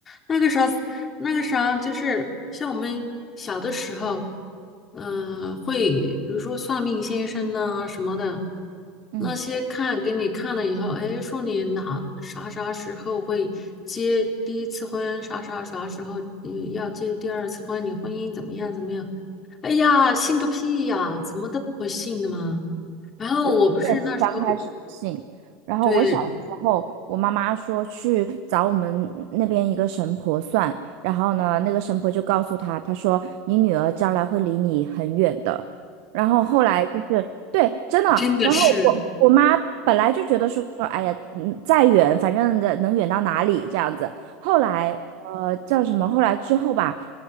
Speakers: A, on the left; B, on the right.
A: 那个啥，那个啥，就是像我们小的时候，嗯、会比如说算命先生呐、什么的，
B: 嗯。
A: 那些看给你看了以后，哎，说你哪啥啥时候会结第一次婚，啥啥啥时候嗯要结第二次婚，你婚姻怎么样怎么样？哎呀，信个屁呀，怎么都不会信的嘛。然后我不是那时候，
B: 我我也是刚开始不信，然后我小时候，
A: 对，
B: 我妈妈说去找我们那边一个神婆算，然后呢，那个神婆就告诉她，她说你女儿将来会离你很远的。然后后来就是对，真的，
A: 真的是。
B: 然后我我妈本来就觉得说，哎呀，嗯，再远反正的能远到哪里这样子。后来呃叫什么？后来之后吧，